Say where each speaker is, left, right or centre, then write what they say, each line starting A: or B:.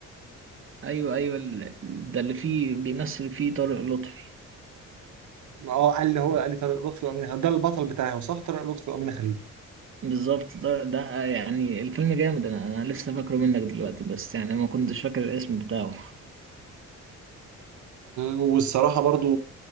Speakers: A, on the right; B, on the right.
A: ايوه ايوه ال- ده اللي فيه بيمثل فيه طارق لطفي
B: اه قال لي هو قال لي طارق لطفي وامينه خليل ده البطل بتاعه صح طارق لطفي وامينه خليل
A: بالظبط ده, ده آه، يعني الفيلم جامد انا انا لسه فاكره منك دلوقتي بس يعني ما كنتش فاكر الاسم بتاعه
B: والصراحة برضو